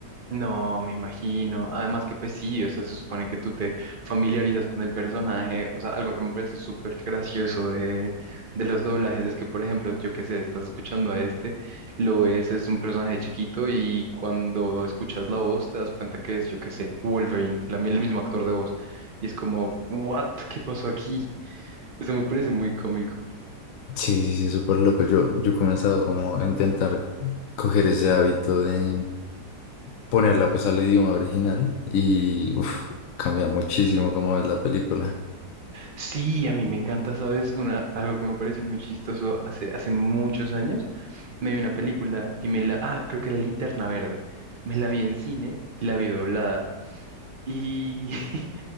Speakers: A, on the right; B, on the left.
A: No, me imagino. Además que pues sí, o sea, se supone que tú te familiarizas con el personaje. O sea, algo que me parece súper gracioso de, de los doblajes es que, por ejemplo, yo qué sé, estás escuchando a este, lo ves, es un personaje chiquito y cuando escuchas la voz te das cuenta que es, yo qué sé, Wolverine, la, el mismo actor de voz. Y es como, ¿what? ¿Qué pasó aquí? Eso me parece muy cómico.
B: Sí, sí, sí, súper loco. Yo, yo he comenzado como a intentar coger ese hábito de ponerla pues al idioma original y uf, cambia muchísimo cómo ves la película. <laughs>
A: Sí, a mí me encanta, ¿sabes? Una, algo que me pareció muy chistoso hace, hace muchos años. Me vi una película y me la... Ah, creo que era Linterna Verde. Me la vi en cine y la vi doblada. Y, <laughs>